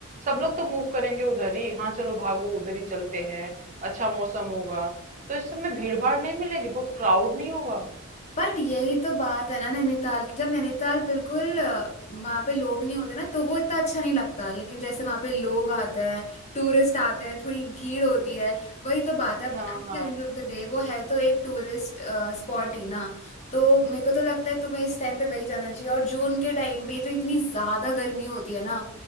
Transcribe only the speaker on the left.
बट यही तो बात है ना नैनीताल की जब नैनीताल बिल्कुल वहां पे लोग नहीं होते ना तो वो इतना अच्छा नहीं लगता लेकिन जैसे वहां पे लोग आते हैं टूरिस्ट आते हैं थोड़ी भीड़ होती है वही तो बात है At
the end of the day वो है तो एक टूरिस्ट स्पॉट ही ना तो मेरे को तो लगता है तुम्हें इस टाइम पे वही जाना चाहिए और जून के टाइम पे जो इतनी ज्यादा गर्मी होती है ना